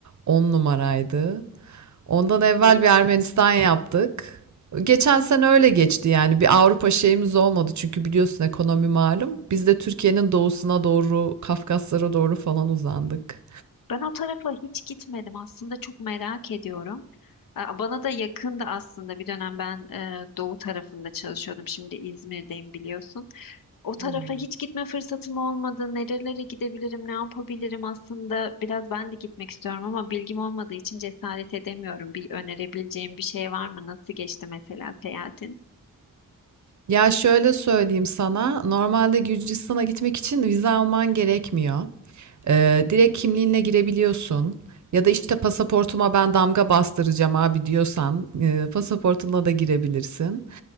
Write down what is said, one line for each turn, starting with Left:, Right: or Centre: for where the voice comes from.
Right: on numaraydı. Ondan evvel
Left: İyiyim.
Right: bir Ermenistan yaptık. Geçen sene öyle geçti yani. Bir Avrupa şeyimiz olmadı çünkü biliyorsun ekonomi malum. Biz de Türkiye'nin doğusuna doğru, Kafkaslara doğru falan uzandık.
Left: Ben o tarafa hiç gitmedim. Aslında çok merak ediyorum. Aa, Bana da yakındı aslında. Bir dönem ben e, doğu tarafında çalışıyordum. Şimdi İzmir'deyim biliyorsun. O tarafa
Right: Hı hı.
Left: hiç gitme fırsatım olmadı. Nerelere gidebilirim, ne yapabilirim aslında. Biraz ben de gitmek istiyorum ama bilgim olmadığı için cesaret edemiyorum. Bir önerebileceğim bir şey var mı? Nasıl geçti mesela seyahatin?
Right: Ya şöyle söyleyeyim sana, normalde Gürcistan'a gitmek için vize alman gerekmiyor. Ee, direkt kimliğinle girebiliyorsun. Ya da işte pasaportuma ben damga bastıracağım abi diyorsan e, pasaportunla da girebilirsin.